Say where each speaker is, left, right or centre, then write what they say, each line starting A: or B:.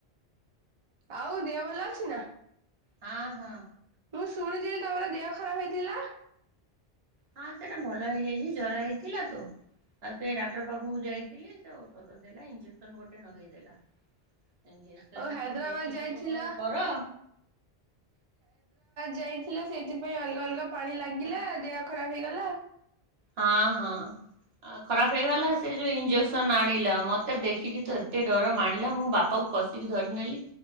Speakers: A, on the right; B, on the right.
A: ଆଉ ଦେହ ଭଲ ଅଛି ନା।
B: ହଁ ହଁ।
A: ମୁଁ ଶୁଣିଥିଲି ତମର ଦେହ ଖରାପ ହେଇଥିଲା।
B: ହଁ ସେଇଟା ଭଲ ହେଇଯାଇଛି ଜର ହେଇଥିଲା ତ। ଆଉ ସେ ଡାକ୍ତର ପାଖକୁ ଯାଇଥିଲି ସେ ଔଷଧ ଦେଲା ଇଞ୍ଜେକ୍ସନ ଗୋଟେ ଲଗେଇଦଲା। ଇଞ୍ଜେକସନ
A: ଆଉ ହାଇଦ୍ରାବାଦ
B: କୁ ଦେଖିକି
A: ଯାଇଥିଲ
B: ତ ମୋର ଡର।
A: ଯାଇଥିଲା ସେଇଥିପାଇଁ ଅଲଗା ଅଲଗା ପାଣି ଲାଗିଲା
B: ହଁ
A: ଦେହ ଖରାପ ହେଇଗଲା।
B: ହଁ ହଁ। ଖରାପ ହେଇଗଲା। ସେ ଯୋଉ ଇଞ୍ଜେକସନ ଆଣିଲା ମତେ ଦେଖିକି ତ ଏତେ ଡର ମାଡ଼ିଲା। ମୋ ବାପା ଆଉ କଷିକି ଧରିନେଲି।